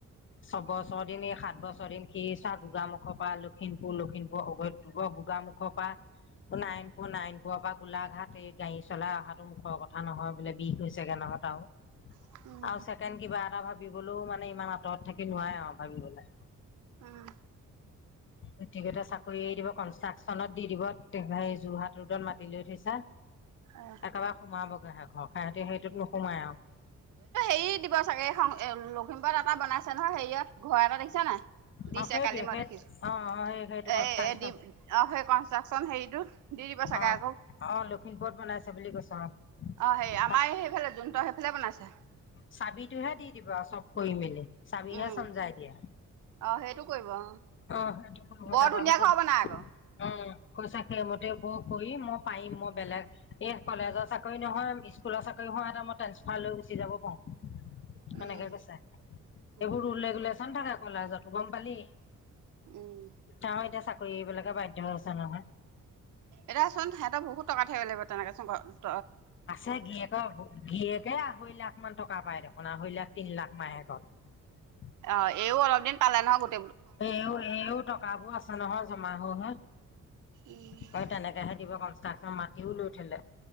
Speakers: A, on the left (about 40°); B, on the right (about 70°).
A: ছবছৰ দিন এই সাত বছৰ দিন সি চোৱা গোগামুখৰ পৰা লখিমপুৰ, লখিমপুৰ গোগামুখৰ পৰা নাৰায়ণপুৰ, নাৰায়ণপুৰৰ পৰা গোলাঘাট এই গাড়ী চলাই অহাটো মুখৰ কথা নহয় বোলে বিষ হৈছেগে নহয় তাৰো
B: উম
A: আৰু ছেকেণ্ড কিবা এটা ভাবিবলৈও মানে ইমান আঁতৰত থাকি নোৱাৰে আৰু ভাবিবলৈ,
B: উম উম
A: গতিকে চাকৰি এৰি দিব কনষ্ট্ৰাকচনত দি দিব‌ তেহে‌ যোৰহাট ৰোডত মাতি লৈ থৈছে
B: অ
A: একেবাৰে সোমাবগৈহে ঘৰ সিহঁতি সেইটোত নোসোমাই আৰু
B: সি দিব চাগে লখিমপুৰত এটা বনাইছে নহয় হেৰিয়াত ঘৰ এটা দেখিছা নে, দিছে
A: অ সেইটোৱে
B: কালি মই
A: সেই
B: দেখিছো
A: অ সেই সেইটো
B: এহ
A: কনষ্ট্ৰাকচন
B: এহ দি অহ সেই কনষ্ট্ৰাকচন হেৰিটো দি দিব চাগে
A: অ
B: আকৌ
A: অ লখিমপুৰত বনাইছে বুলি কৈছে অ
B: অহ সেই আমাৰ
A: তাত
B: সেইফালে জোনহতৰ সেইফালে বনাইছে।
A: চাবিটোহে দি দিব আৰু চব কৰি মেলি। চাবিহে
B: উম
A: চমজাই দিয়া,
B: অ সেইটো কৰিব অ
A: অহ, সেই
B: বৰ
A: তাৰপা
B: ধুনীয়া
A: চব
B: ঘৰ বনাই আকৌ
A: উম্ কৈছা সেইমতে ব, কৰি মই পাৰিম মই বেলেগ এই কলেজৰ চাকৰি নহয়, স্কুলৰ চাকৰি হয়, এটা মই ট্ৰেন্সফাৰ লৈ গৈছো। জিৰাব পাওঁ। সেনেকে
B: উম
A: কৈছে এইবোৰ
B: উম
A: ৰুল ৰেগুলেচন থাকে। পলাই যোৱাতো গম পালি?
B: উম
A: তাহ এতিয়া চ, এইবিলাকে বাধ্য হৈছে নহয়।
B: এতিয়া চোন সিহঁতৰ বহুতটকা, থাকিব লাগিব তেনেকেচোন ঘৰত।
A: আছে গীৰীয়েকৰ গীৰীয়েকে আৰহৈ লাখ মান টকা, টকা পাই দেখোন, আঢ়ৈ লাখ, তিন লাখ মাহেকত।
B: অ, এইও অলপ দিন পালে নহয় গো,
A: হেও এইও টকাবোৰ আছে। নহয় জমা হৈ হৈ।
B: উম
A: বাৰু তেনেকেহে দিব কচ, তাত ন ', মাতিও লৈ থলে,